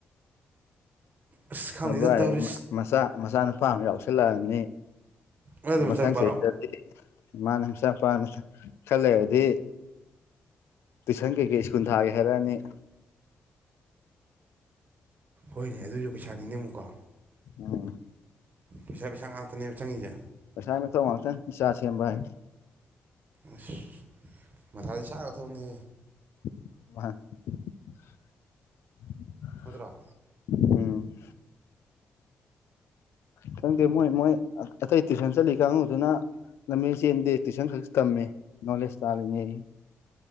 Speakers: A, on the right; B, on the left.
A: ꯑꯁ ꯈꯪꯗꯦꯗ
B: ꯊꯕꯛ
A: ꯇꯧꯔꯤꯁ
B: ꯍꯥꯏꯁꯦ ꯃꯆꯥ ꯃꯆꯥꯅꯨꯄꯥ ꯑꯃ ꯌꯥꯎꯁꯜꯂꯛꯑꯕꯅꯤ
A: ꯅꯣꯏꯗꯣ ꯃꯆꯥꯅꯨꯄꯥꯔꯣ
B: ꯃꯊꯪ ꯆꯍꯤꯗ ꯃꯅꯦ ꯃꯆꯥ ꯃꯨꯄꯥꯅ ꯈꯔꯥ ꯂꯩꯔꯗꯤ ꯇꯨꯏꯁꯟ ꯀꯩ ꯀꯩ ꯁꯀꯨꯜ ꯊꯥꯒꯦ ꯍꯥꯏꯔꯛꯑꯅꯤ
A: ꯍꯣꯏꯅꯦ ꯑꯗꯨꯁꯨ ꯄꯩꯁꯥꯅꯤꯅꯦ ꯑꯃꯨꯛꯀꯣ
B: ꯎꯝ
A: ꯄꯩꯁꯥ ꯄꯩꯁꯥ ꯉꯥꯛꯇ ꯇꯅꯦꯕ ꯆꯪꯉꯤꯁꯦ
B: ꯄꯩꯁꯥꯒꯤ ꯃꯊꯧ ꯉꯥꯛꯇꯅꯤ ꯏꯆꯥ ꯁꯦꯝꯕ ꯍꯥꯏ
A: ꯑꯁ ꯃꯊꯥꯗꯤ ꯁꯥꯒꯔꯥꯕ ꯊꯕꯅꯤ
B: <inaudible>
A: ꯊꯟꯗ꯭ꯔꯥ
B: ꯎꯝ ꯈꯪꯗꯦ ꯃꯣꯏ ꯃꯣꯏ ꯑꯇꯩ ꯇꯨꯏꯁꯟ ꯆꯠꯂꯤ ꯀꯥꯡꯒꯨꯗꯨꯅ ꯂꯝꯖꯦꯟ ꯆꯦꯟꯗꯦ ꯇꯌꯨꯁꯟ ꯈ ꯇꯝꯃꯦ ꯅꯣꯂꯦꯖ ꯇꯥꯜꯂꯤꯅꯦꯌꯦ